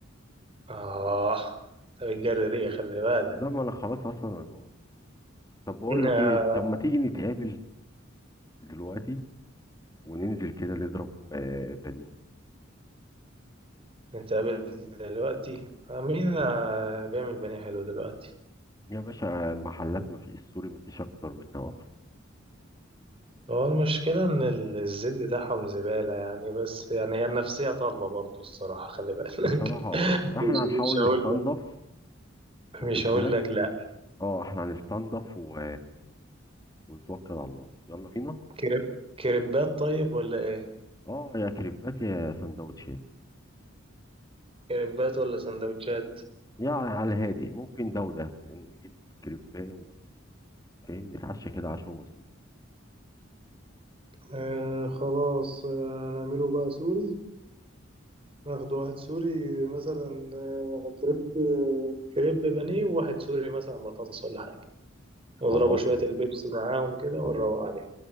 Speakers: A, on the right; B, on the left.
A: اه طب الجري ريقي خلي بالك
B: لا ما انا خلاص اصلا انا جوع طب بقول لك
A: آه.
B: ايه طب ما تيجي نتقابل دلوقتي وننزل كده نضرب آه، بانيه
A: نتقابل دلوقتي آه. مين آه. بيعمل بانيه حلو دلوقتي
B: يا باشا المحلات ما في السوري ما فيش اكتر منها اكتر
A: هو المشكلة ان ال- الزيت بتاعهم زبالة يعني بس يعني هي النفسية طالبة برضو الصراحة خلي بالك
B: بصراحه
A: <laughs>
B: آه، احنا
A: مش
B: هنحاول
A: مش هقول
B: نستنضف
A: لك
B: واخد
A: مش هقول
B: بالك
A: لك لا
B: اه احنا هنستنضف و... ونتوكل على الله يلا بينا
A: كريب كريبات طيب ولا ايه
B: اه يا كريبات يا سندوتشات
A: كريبات ولا سندوتشات
B: يعني على الهادي ممكن ده وده نجيب كريباه وفاهم نتعشى كده عشوة مظبوط
A: آه خلاص آه نعمله بقى سوري ناخد واحد سوري مثلا آه، كريب آه، كريب بانيه وواحد سوري مثلا بطاطس ولا حاجة ونضربوا
B: خلاص
A: شوية البيبسي معاهم كده ونروق
B: الله
A: عليه